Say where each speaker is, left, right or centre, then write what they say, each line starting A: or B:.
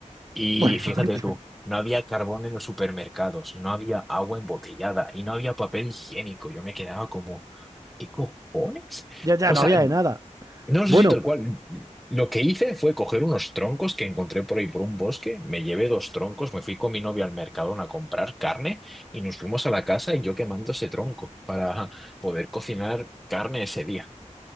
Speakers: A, in the centre; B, on the right.
A: Y
B: <laughs> bueno,
A: fíjate
B: <laughs>
A: tú, no había carbón en los supermercados, no había agua embotellada y no había papel higiénico. Yo me quedaba como, ¿qué cojones?
B: ya, ya
A: O
B: no
A: sea,
B: había de nada.
A: no
B: Bueno,
A: sé si tal cual. Lo que hice fue coger unos troncos que encontré por ahí por un bosque, me llevé dos troncos, me fui con mi novia al mercado a comprar carne y nos fuimos a la casa y yo quemando ese tronco para poder cocinar carne ese día.